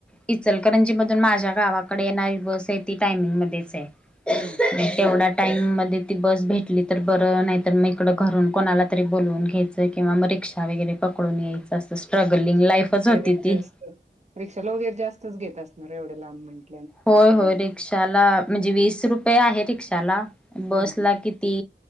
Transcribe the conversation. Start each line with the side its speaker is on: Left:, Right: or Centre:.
Centre: इचलकरंजी मधून माझ्या गावाकडे येणारी बस आहे ती टायमिंग मध्येच आहे. <unintelligible>
Right: हां,
Centre: टाईम मध्ये ती बस भेटली तर बरं नाही तर मग इकडं घरून कोणाला तरी बोलवून घ्यायचं किंवा मग रिक्षा. वगैरे पकडून यायचं असं स्ट्रगलिंग
Right: मग रिक्षाला
Centre: लाईफच
Right: वगैरे
Centre: होती ती.
Right: जास्त रिक्षाला वगैरे जास्तच घेत असणार एवढं लांब म्हणजे.
Centre: होय होय रिक्षाला म्हणजे वीस रुपये आहे. रिक्षाला बसला
Right: हां, हां,
Centre: कि ती